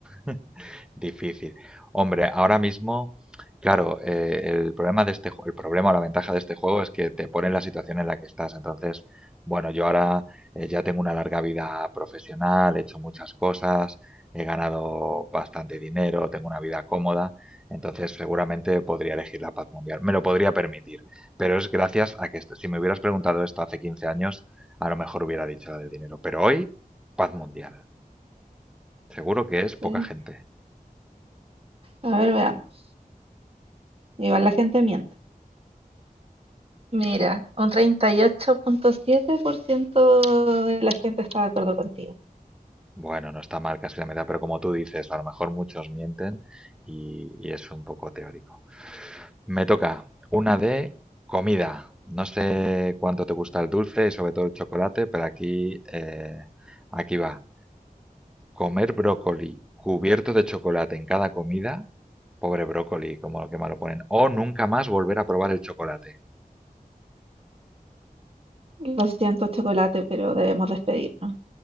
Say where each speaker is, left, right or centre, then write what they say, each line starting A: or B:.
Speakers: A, in the centre; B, on the right.
A: <laughs> Difícil. Hombre, ahora mismo, claro, eh, el problema de este, ju- el problema o la ventaja de este juego es que te pone en la situación en la que estás. Entonces, bueno, yo ahora eh, ya tengo una larga vida profesional, he hecho muchas cosas, he ganado bastante dinero, tengo una vida cómoda. Entonces, seguramente podría elegir la paz mundial. Me lo podría permitir, pero es gracias a que esto- si me hubieras preguntado esto hace 15 años, a lo mejor hubiera dicho la del dinero. Pero hoy, paz mundial. Seguro que es poca
B: Sí.
A: gente.
B: A ver, veamos. Igual la gente miente. Mira, un 38.7% de la gente está de acuerdo contigo.
A: Bueno, no está mal casi la mitad, pero como tú dices, a lo mejor muchos mienten y, y es un poco teórico. Me toca una de comida. No sé cuánto te gusta el dulce y sobre todo el chocolate, pero aquí, eh, aquí va. Comer brócoli cubierto de chocolate en cada comida. Pobre brócoli, como lo que malo ponen. O nunca más volver a probar el chocolate.
B: Lo siento, chocolate, pero debemos despedirnos.